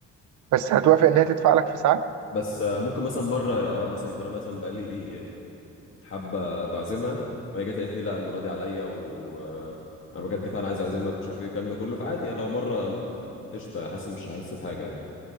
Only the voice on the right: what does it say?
بس هتوافق ان هي تدفع لك في ساعات